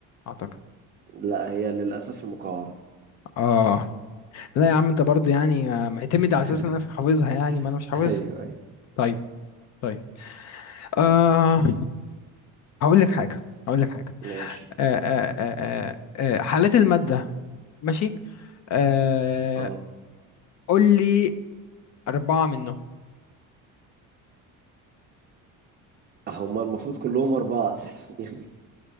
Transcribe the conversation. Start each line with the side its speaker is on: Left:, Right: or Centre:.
Left: اعتقد
Right: لا هي للأسف المقعرة
Left: اه لا يا عم انت برضو يعني آه، معتمد على
Right: <laughs>
Left: اساس ان انا حافظها يعني ما انا مش حافظها
Right: ايوه ايوه
Left: طيب طيب آه هقول لك حاجه هقول لك حاجه
Right: ماشي
Left: آه آه آه آه آه، حالات الماده ماشي آه
Right: اه
Left: قول لي أربعة منهم
Right: هما المفروض كلهم أربعة أساسا <laughs> يعني